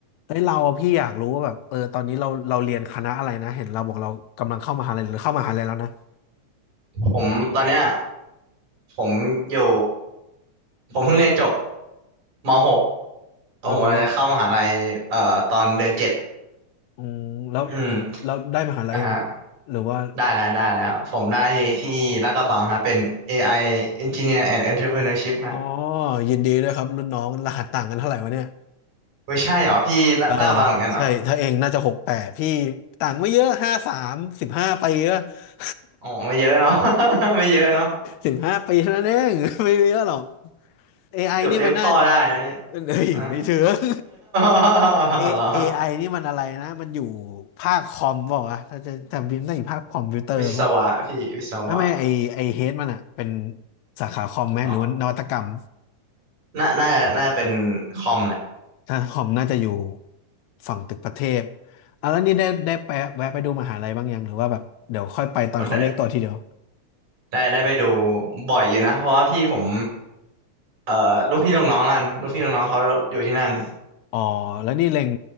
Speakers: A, on the left; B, on the right.
A: เฮ้ยเราพี่อยากรู้ว่าแบบเออตอนนี้เราเราเรียนคณะอะไรนะเห็นเราบอกเรากำลังเข้ามหาลัยหรือเข้ามหาลัยแล้วนะ
B: ผมตอนเนี้ยผมอยู่ผมเพิ่งเรียนจบม .6 แล้วผมกำลังจะเข้ามหาลัยเอ่อตอนเดือนเจ็ด
A: อ่าฮะอืมแล้ว
B: อืม
A: แล้วได้มหาลัยยังอะหรือว่า
B: อ่าฮะได้แล้วได้แล้วผมได้ที่ลาดกระบังฮะเป็น AI Engineer and Entrepreneurship
A: อ๋อ
B: ฮะ
A: ยินดีด้วยครับรุ่นน้องรหัสต่างกันเท่าไหร่วะเนี่ย
B: ไม่ใช่เหรอพี่ลาลาดกระบังเหมือนกันเหรอ
A: เออใช่ถ้าเองน่าจะหกแปดพี่ต่างไม่เยอะห้าสามสิบห้าปีอะ <laughs>
B: อ๋อไม่เยอะเนาะ <laughs> ไม่เยอะเนาะ
A: สิบห้าปีเท่านั้นเอง <laughs> ไม่เยอะหรอก a อไอนี่มันน่า
B: เกือบเรียกพ่อได้นะเนี่ย
A: เอ้ยไม่เถือง
B: อ่ะ <laughs>
A: เอ
B: เหรอ
A: AI นี่มันอะไรนะมันอยู่ภาคคอมเปล่าวะถ้าจะจำบินต้องอยู่ภาคคอมพิวเตอร์ป่ะ
B: วิศวะพี่วิศวะ
A: แม่ไม่ไอไอเฮดมันอะเป็นสาขาคอมไหมหรือว่านวัตกรรม
B: อ๋อน่าน่าจะน่าจะเป็นคอมแหล
A: ถ้าคอมน่าจะอยู่ฝั่งตึกประเทศอ่ะแล้วนี่ได้ได้ไปแวะไปดูมหาลัยบ้างยังหรือว่าแบบเดี๋ยวค่อยไปตอนเขาเรียกตัวทีเดียว
B: ะ ได้ได้ไปดูบ่อยอยู่นะเพราะว่าพี่ผมเอ่อลูกพี่ลูกน้องนั่นลูกพี่ลูกน้องเขาอยู่ที่นั่น
A: อ๋อแล้วนี่เล็ง